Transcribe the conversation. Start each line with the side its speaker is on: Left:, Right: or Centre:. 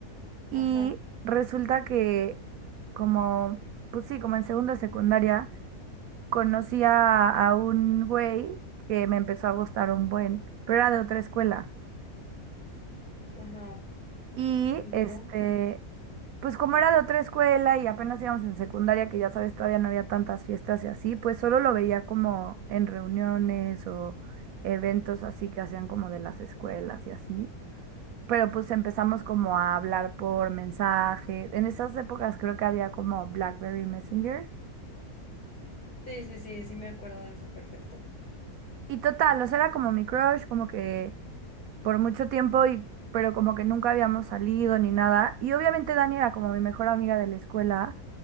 Right: Y
Left: Ajá,
Right: resulta que como, pues sí, como en segundo de secundaria. conocí a, a un güey que me empezó a gustar un buen, pero era de otra escuela.
Left: ajá.
Right: Y
Left: ¿Y luego?
Right: este, pues como era de otra escuela y apenas íbamos en secundaria, que ya sabes, todavía no había tantas fiestas y así, pues solo lo veía como en reuniones o eventos así que hacían como de las escuelas y así. Pero pues empezamos como a hablar por mensaje. En esas épocas creo que había como BlackBerry Messenger.
Left: Sí, sí, sí, sí me acuerdo de eso, perfecto.
Right: Y total, o sea, era como mi crush, como que por mucho tiempo y pero como que nunca habíamos salido ni nada. Y obviamente Dani era como mi mejor amiga de la escuela